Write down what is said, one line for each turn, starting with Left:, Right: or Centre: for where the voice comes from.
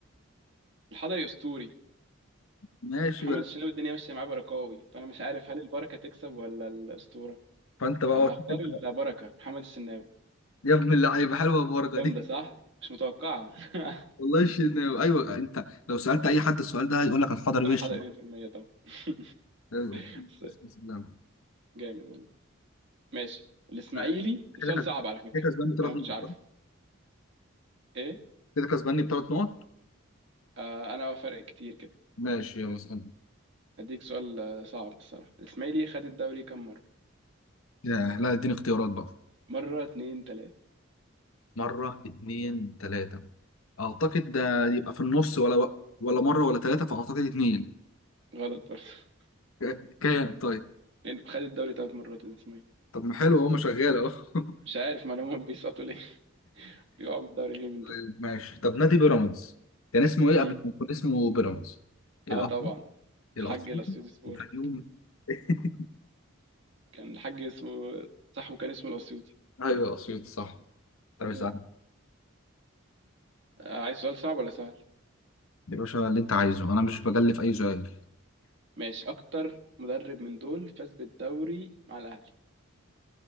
Right: الحضري اسطوري
Left: ماشي
Right: محمد
Left: بقى
Right: الشناوي الدنيا ماشيه معاه بركاوي فانا مش عارف هل البركه تكسب ولا الاسطوره
Left: فانت بقى
Right: انا هختار
Left: شوف انت بقى.
Right: البركه محمد الشناوي
Left: يا ابن اللعيبه حلوه البركه
Right: جامده
Left: دي
Right: صح مش متوقعه <laughs>
Left: والله شن... ايوه انت لو سالت اي حد السؤال ده هيقول لك الحضري
Right: طبعا
Left: وش
Right: الحضري 100% طبعا <laughs>
Left: ايوه
Right: بس
Left: بسم الله.
Right: جامد والله ماشي الاسماعيلي
Left: لا،
Right: ده سؤال
Left: كده كسب-
Right: صعب على فكره
Left: كده كسبان بثلاث
Right: انا ما
Left: نقط
Right: كنتش عارفه
Left: صح؟
Right: ايه
Left: كده كسباني بثلاث نقط
Right: آه انا فرق كتير كده
Left: ماشي يلا اسالني
Right: اديك سؤال آه، صعب الصراحه الاسماعيلي خد الدوري كام مره
Left: يا لا اديني اختيارات بقى
Right: مره اتنين تلاته
Left: مرة اتنين تلاتة أعتقد ده يبقى في النص ولا ولا مرة ولا تلاتة فأعتقد اتنين
Right: غلط برضه <laughs>
Left: ك- كام طيب
Right: لأنه خد الدوري تلات مرات الاسماعيلي
Left: طب ما حلو اهو ما شغال اهو <laughs>
Right: مش عارف ما هم بيسقطوا ليه <laughs> بيقعوا من الدوري ليه من دول
Left: طيب ماشي طب نادي بيراميدز كان اسمه ايه
Right: مم.
Left: قبل ما يكون اسمه بيراميدز الأهلي
Right: اه طبعا
Left: الأسيوطي
Right: الحاج الاسيوطي سبورت
Left: الفيوم <laughs>
Right: كان الحاج اسمه صح وكان اسمه الاسيوطي
Left: ايوه الأسيوطي صح طب اسأل
Right: أيوة. آه، عايز سؤال صعب ولا سهل
Left: يا باشا اللي انت عايزه انا مش بجلف اي سؤال
Right: ماشي اكتر مدرب من دول فاز بالدوري مع الاهلي